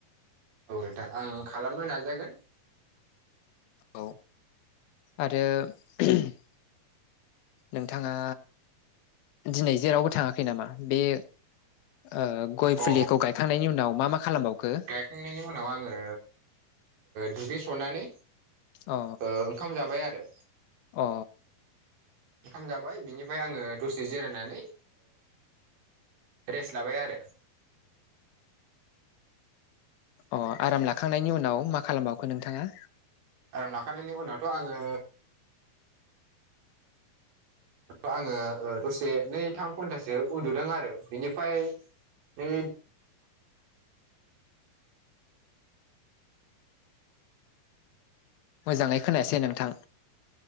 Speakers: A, on the right; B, on the left.
A: औ नथा आं खालामनो नाजागोन
B: औ आरो <unintelligible> नोंथाङा दिनै जेरावबो थाङाखै नामा बे ओ गय
A: अ
B: फुलिखौ गायखांनायनि उनाव मा मा खालामबावखो?
A: थखांनायनि उनाव आङो दुब्लि सनानै
B: अ
A: ओंखाम जाबाय आरो
B: अ
A: ओंखाम जाबाय बिनिफ्राय आङो दसे जिरायनानै रेस्ट लाबाय आरो
B: अ आराम लाखांनायनि उनाव मा खालामबावखो नोंथाङा
A: आराम लाखानायनायनि उनावथ' आङो आङो दसे नै थाम घन्टासो उन्दुदों आरो बिनिफ्राय बे
B: मोजाङै खोनायासै नोंथां